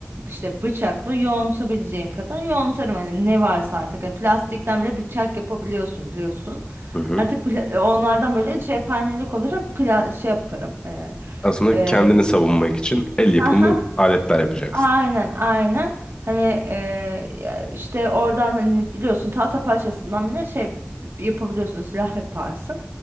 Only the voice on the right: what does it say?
işte bıçakla yoğuntabileceğim kadar yoğuntarım hani ne varsa artık Hani plastikten bile bıçak yapabiliyorsun biliyorsun.
Artık pla- onlardan böyle cephanelik olarak pla şey yaparım. Eee,
eee,
aha,
Aynen aynen hani eee, ya işte oradan hani biliyorsun tahta parçasından bile şey yapabiliyorsun silah yaparsın.